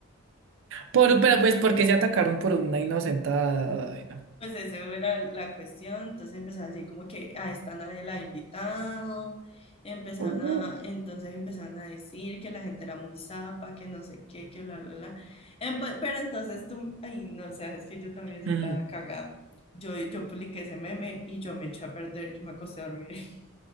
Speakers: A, on the right (about 65°); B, on the left (about 30°).
A: Por, pero pues porque se atacaron por una inocentada. Ay, no.
B: Pues esa era la cuestión, entonces empezaron a decir como que a esta nadie la ha invitado, empezaron
A: Uh.
B: a, entonces empezaron a decir que la gente era muy zapa, que no sé qué, que bla, bla, bla. Em, pe- pero entonces tú, ay, no, o sea, es que yo también soy
A: Mm.
B: la cagada. Yo, yo publiqué ese meme y yo me eché a perder, yo me acosté a dormir. <laughs>